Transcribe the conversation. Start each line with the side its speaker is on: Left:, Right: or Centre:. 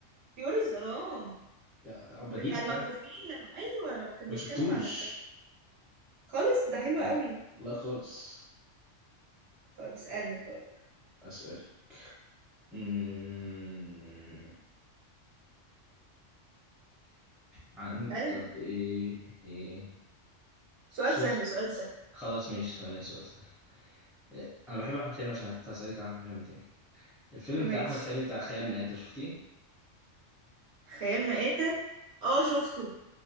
Right: طيور الظلام
Centre: يا بديه
Right: بتاع المكفوفين
Centre: فاهم
Right: لما ايوه لما كان
Centre: ما
Right: بيتكلم
Centre: شفتوش
Right: عن الفساد خالص ده حلو قوي
Centre: لا لا خالص
Right: طيب اسالني طيب
Centre: أسألك امم عن
Right: اسالني
Centre: طب إيه إيه
Right: سؤال
Centre: شفت
Right: سهل سؤال سهل
Centre: خلاص ماشي ثانية سؤال إيه، انا بحب احمد حلمي عشان فاسالك عن احمد حلمي تاني الفيلم
Right: ماشي
Centre: بتاع احمد حلمي بتاع خيال مآتة شفتيه
Right: خيال مآتة اه شفته